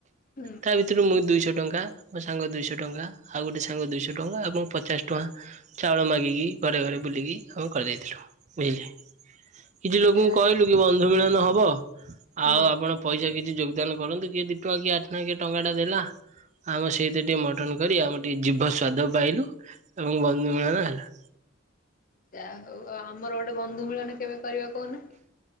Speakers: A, on the left (about 40°); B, on the right (about 35°).
A: ହୁଁ।
B: ତା ଭିତରୁ ମୁଁ ଦୁଇଶହ ଟଙ୍କା ମୋ ସାଙ୍ଗ ଦୁଇଶହ ଟଙ୍କା ଆଉ ଗୋଟଏ ସାଙ୍ଗ ଦୁଇଶହ ଟଙ୍କା ଏବଂ ପଚାଶ ଟଙ୍କା ଚାଉଳ ମାଗିକି ଘରେ ଘରେ ବୁଲିକି ଆମେ କରିଦେଇଥିଲୁ ବୁଝିଲେ କିଛି ଲୋକଙ୍କୁ
A: ଯାହା
B: କହିଲୁ
A: ହଉ
B: କି ବନ୍ଧୁ ମିଳନ ହବ
A: ହୁଁ।
B: ଆଉ ଆପଣ ପଇସା କିଛି ଯୋଗଦାନ କରନ୍ତୁ କିଏ ଦି ଟଙ୍କା କିଏ ଆଠ ଟଙ୍କା କିଏ ଟଙ୍କା ଟା ଦେଲା। ଆମ ସେଇତ ଟିକେ ମଟନ କରି ଆମେ ଟିକେ ଜୀଭ ସ୍ଵାଦ ପାଇଲୁ ଏବଂ ବନ୍ଧୁ ମିଳନ ହେଲା।
A: ଯା ହଉ ଆଉ ଆମର ଗୋଟେ ବନ୍ଧୁ ମିଳନ କେବେ କରିବା କହୁନ?